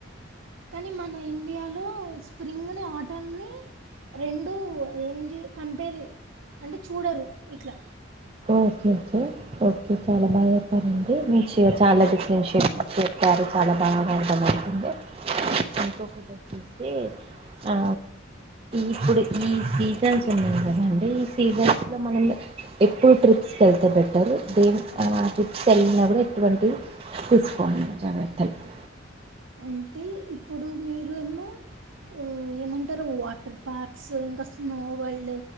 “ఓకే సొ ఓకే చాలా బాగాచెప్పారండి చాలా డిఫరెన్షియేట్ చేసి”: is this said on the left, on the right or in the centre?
Right